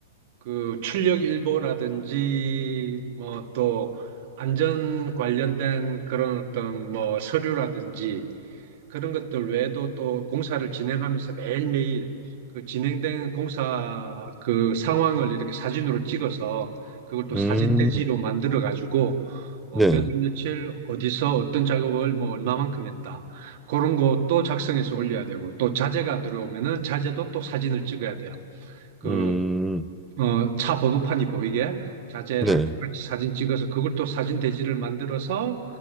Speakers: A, on the right (about 55°); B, in the centre.
A: 그 출력 일보라든지 뭐 또 안전 관련된 그런 어떤 뭐 서류라든지 그런 것들 외에도 또 공사를 진행하면서 매일매일 그 진행된 공사 그 상황을 이렇게 사진으로 찍어서 그걸 또 사진
B: 음,
A: 대지로 만들어 가지고 어,
B: 네,
A: 몇, 월 며칠 어디서 어떤 작업을 뭐 얼마만큼 했다. 그런 거 또 작성해서 올려야 되고 또 자재가 들어오면은 자재도 또 사진을 찍어야 돼요. 그
B: 음,
A: 어, 차 번호판이 보이게 자재랑
B: 네,
A: 다 같이 사진 찍어서 그걸 또 사진 대지를 만들어서